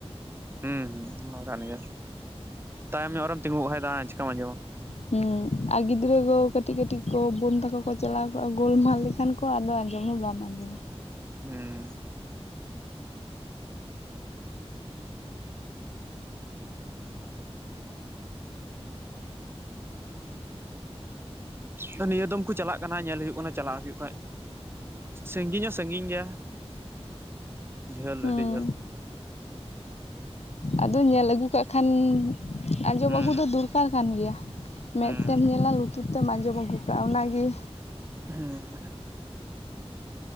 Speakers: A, on the right; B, on the left.
A: ᱦᱩᱸ ᱦᱸ ᱚᱱᱟ ᱠᱟᱱ ᱜᱮᱭᱟ᱾ ᱛᱟᱭᱚᱢ ᱧᱚᱜ ᱨᱮᱢ ᱛᱤᱸᱜᱩ ᱠᱷᱟᱡ ᱫᱚ ᱦᱟᱸ ᱪᱤᱠᱚᱢ ᱟᱸᱡᱚᱢᱟ,
B: ᱦᱩᱸ, ᱟᱨ ᱜᱤᱫᱽᱨᱟᱹ ᱠᱚ ᱠᱟᱹᱴᱤᱡ ᱠᱟᱹᱴᱤᱡ ᱠᱚ ᱵᱳᱱ ᱛᱟᱠᱚ ᱠᱚ ᱪᱟᱞᱟᱣ ᱠᱚᱜᱼᱟ ᱜᱚᱞᱢᱟᱞ ᱞᱮᱠᱷᱟᱱ ᱠᱚ ᱟᱫᱚ ᱟᱸᱡᱚᱢ ᱦᱚᱸ ᱵᱟᱢ ᱟᱸᱡᱚᱢᱟ᱾
A: ᱦᱩᱸ ᱦᱩᱸ ᱦᱳᱭ ᱱᱤᱭᱟᱹ ᱫᱚᱢ ᱠᱚ ᱪᱟᱞᱟᱜ ᱠᱟᱱᱟ ᱧᱮᱞ ᱦᱩᱭᱩᱜ ᱠᱟᱱᱟ ᱪᱟᱞᱟᱜ ᱦᱩᱭᱩᱜ ᱠᱷᱟᱡ, ᱥᱟᱺᱜᱤᱧ ᱦᱚᱸ ᱥᱟᱺᱜᱤᱧ ᱜᱮᱭᱟ ᱡᱷᱟᱹᱞ
B: ᱦᱮᱸ
A: ᱟᱹᱰᱤ ᱡᱷᱟᱹᱞ᱾
B: ᱟᱫᱚ ᱧᱮᱞ ᱟᱹᱜᱩ ᱠᱟᱜ ᱠᱷᱟᱱ ᱟᱸᱡᱚᱢ
A: ᱦᱩᱸ
B: ᱟᱜᱩ ᱫᱚ ᱫᱩᱨ ᱫᱚᱨᱠᱟᱨ ᱠᱟᱱ ᱜᱮᱭᱟ, ᱢᱮᱫ
A: ᱦᱩᱸ
B: ᱛᱮᱢ ᱧᱮᱞᱟ ᱞᱩᱛᱩᱨ ᱛᱮᱢ ᱟᱸᱡᱚᱢ ᱟᱹᱜᱩ ᱠᱟᱜᱼᱟ ᱚᱱᱟᱜᱤ,
A: ᱦᱮᱸ